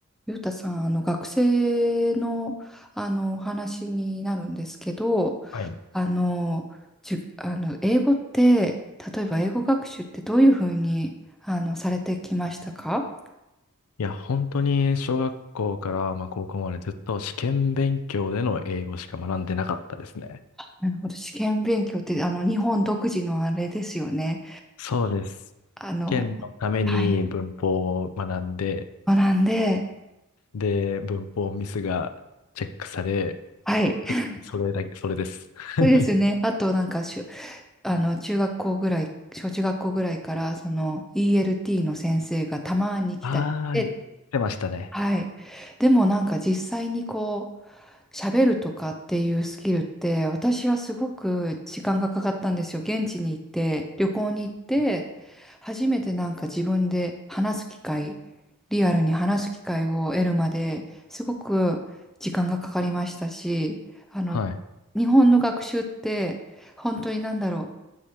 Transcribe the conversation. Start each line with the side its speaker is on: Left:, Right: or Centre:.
Centre: ゆうたさん、あの学生の、あのお話になるんですけど、
Left: はい。い
Centre: あの、じゅ、あの英語って、例えば英語学習ってどういうふうにあのされてきましたか
Left: や、本当に小学校から、まあ、高校までずっと試験勉強での英語しか学んでなかったですね。
Centre: なるほど、試験勉強ってあの日本独自のあれですよね。
Left: そうです。
Centre: あの、
Left: 試験のために文法を学んで、
Centre: はい。学んで、
Left: で、文法ミスがチェックされ、
Centre: はい。<laughs>
Left: それだけ、それです。<laughs>
Centre: そうですよね。あとなんかしゅ、あの中学校ぐらい、小中学校ぐらいから、その ELT の先生がたまに来たりして
Left: はーい。してましたね。
Centre: はい。でもなんか実際にこう、喋るとかっていうスキルって、私はすごく時間がかかったんですよ。現地に行って、旅行に行って、初めてなんか自分で話す機会、リアルに話す機会を得るまで、すごく時間がかかりましたし、あの、
Left: はい。
Centre: 日本の学習って、本当になんだろ